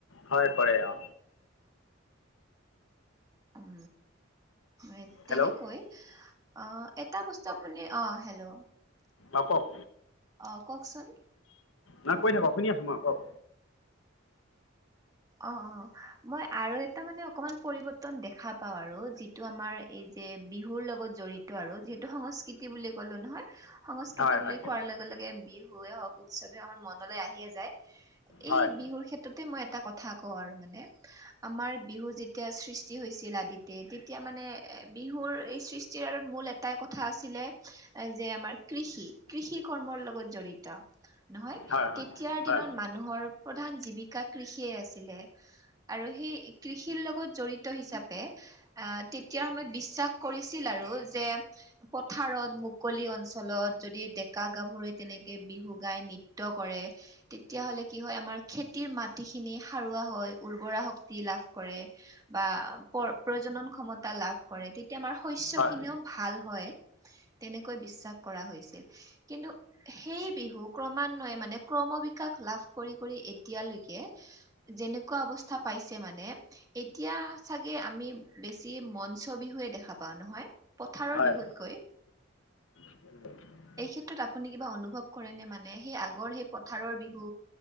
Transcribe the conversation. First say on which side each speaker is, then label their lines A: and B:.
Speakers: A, on the left; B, on the right.
A: হয় কৰে অ।
B: উম মানে তেনেকৈ
A: হেল্ল'
B: অ এটা বস্তু আপুনি, অ হেল্ল'।
A: অ কওক?
B: অ কওকচোন?
A: নাই
B: অ
A: কৈ থাকক শুনি আছো মই, কওক?
B: অ অ মই আৰু এটা মানে অকমান পৰিৱৰ্তন দেখা পাওঁ আৰু যিটো আমাৰ এইজ যে বিহুৰ লগত জড়িত আৰু যিহেতু সংস্কৃতি বুলি ক'লো নহয়। সংস্কৃতি
A: হয়
B: বুলি
A: হয়
B: কোৱাৰ লগে লগে বিহুৱে হওক উৎসৱে আমাৰ মনলে আহিয়ে যায়।
A: হয়
B: এই বিহুৰ ক্ষেত্ৰতে মই এটা কথা কওঁ আৰু মানে আমাৰ বিহু যেতিয়া সৃষ্টি হৈছিল আদিতে, তেতিয়া মানে বিহুৰ এই সৃষ্টিৰ আৰত মূল এট- টাই কথা আছিলে যে আমাৰ কৃষি, কৃষি কৰ্মৰ লগত জড়িত। নহয়
A: হয় হয়
B: তেতিয়াৰ
A: হয়
B: দিনত
A: হয়
B: মানুহৰ প্ৰধান জীৱিকা কৃষিয়ে আছ- ছিলে আৰু সেই কৃষিৰ লগত জড়িত হিচাপে আহ তেতিয়াৰ সময়ত বিশ্বাস কৰিছিল আৰু যে পথাৰত মুকলি অঞ্চলত যদি ডেকা গাভৰু তেনেকে বিহু গাই নৃত্য কৰে। তেতিয়া হ'লে কি হয় আমাৰ খেতিৰ মাটিখিনি সাৰুৱা হয়, উৰ্বৰা শক্তি লাভ কৰে। বা প্ৰজনন ক্ষমতা লাভ কৰে, তেত- তে আমাৰ শস্য
A: হয়
B: খিনিও ভাল হয় তেনেকৈ বিশ্বাস কৰা হৈছিল। কিন্তু সেই বিহু ক্ৰমানয়ে মানে ক্ৰম বিকাশ লাভ কৰি কৰি এতিয়ালৈকে যেনেকুৱা অৱস্থা পাইছে মানে এতিয়া চাগে আমি বেছি মঞ্চ বিহুৱে দেখা পাওঁ নহয়। পথাৰৰ
A: হয়
B: বিহুতকৈ
A: <unintelligible>
B: এই ক্ষেত্ৰত আপুনি কিবা অনুভৱ কৰেনে মানে সেই আগৰ সেই পথাৰৰ বিহু